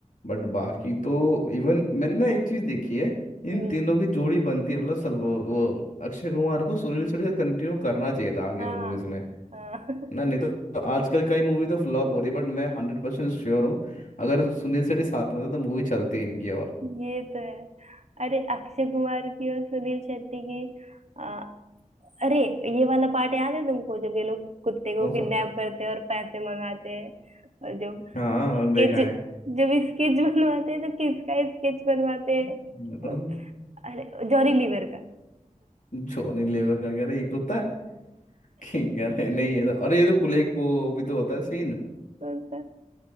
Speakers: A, on the left; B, on the right.
A: बट बाकी तो इवन मैंने ना एक चीज देखी है इन
B: हम्म
A: तीनों की जोड़ी बनती है मतलब सल वो, वो अक्षय कुमार को सुनील शेट्टी से कंटिन्यू करना चाहिए था आगे
B: हाँ
A: मूवीज में
B: हाँ
A: ना नहीं तो, तो आजकल का ही मूवी तो फ्लॉप हो रही है बट मैं हंड्रेड परसेंट श्योर हूँ अगर सुनील शेट्टी साथ में होता तो मूवी चलती इनकी और
B: ये तो है अरे अक्षय कुमार की और सुनील शेट्टी की आ, अरे ये वाला पार्ट याद है तुमको जब ये लोग कुत्ते को
A: कौन
B: किडनैप
A: सा
B: करते हैं और पैसे मंगाते हैं और जो
A: हाँ
B: स्केच
A: देखा
B: लेकिन
A: है
B: जब स्केच बनवाते हैं तो किसका स्केच बनवाते
A: <laughs>
B: हैं
A: तो
B: उस- अरे जॉरी लीवर का
A: जॉनी लेवर का कह रहा है ये कुत्ता है <laughs> कह रहे नहीं ये तो अरे ये तो पुलिस वो वो भी तो होता है सीन
B: तो उसका-